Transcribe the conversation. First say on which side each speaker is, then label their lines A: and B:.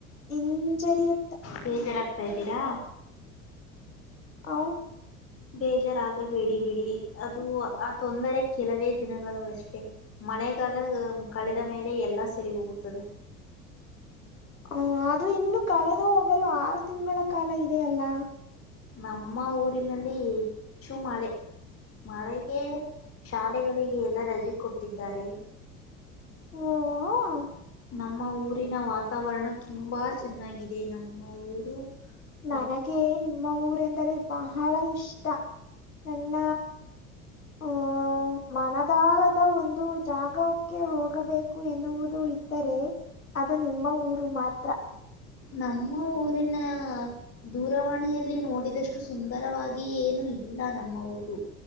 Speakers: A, on the left (about 80°); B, on the left (about 35°).
A: ಹಿಂಜರಿಯು
B: ಬೇಜರಾಗ್ತಾ ಇದ್ದೀರಾ.
A: ಹೌ
B: ಬೇಜಾರಾಗಬೇಡಿ ಬಿಡಿ ಅದು ಆ ತೊಂದರೆ ಕೆಲವೇ ದಿನಗಳು ಅಷ್ಟೆ. ಮಳೆಗಾಲ ಕಳೆದ ಮೇಲೆ ಎಲ್ಲಾ ಸರಿ ಹೋಗುತ್ತದೆ.
A: ಹ ಅದು ಇನ್ನು ಕಳೆದು ಹೋಗಲು ಆರು ತಿಂಗಳ ಕಾಲ ಇದೆಯಲ್ಲಾ.
B: ನಮ್ಮ ಊರಿನಲ್ಲಿ ಹೆಚ್ಚು ಮಳೆ. ಮಳೆಗೆ ಶಾಲೆಗಳಿಗೆ ಎಲ್ಲ ರಜೆ ಕೊಟ್ಟಿದ್ದಾರೆ.
A: ಓ ಹೊ
B: ನಮ್ಮ ಊರಿನ ವಾತಾವರಣ ತುಂಬ ಚೆನ್ನಾಗಿದೆ ನಮ್ಮ ಊರು,
A: ನನಗೆ
B: ಮ
A: ನಿಮ್ಮ ಊರೆಂದರೆ ಬಹಳ ಇಷ್ಟ ನನ್ನ. ಆಹ ಮನದಾಳದ ಒಂದು ಜಾಗಕ್ಕೆ ಹೋಗಬೇಕು ಎನ್ನುವುದು. ವುದು ಇದ್ದರೆ ಅದು ನಿಮ್ಮ ಊರು ಮಾತ್ರ.
B: ನಮ್ಮ ಊರಿನ. ದೂರವಾಣಿಯಲ್ಲಿ ನೋಡಿದಷ್ಟು ಸುಂದರವಾಗಿ ಏನು ಇಲ್ಲ ನಮ್ಮ ಊರು.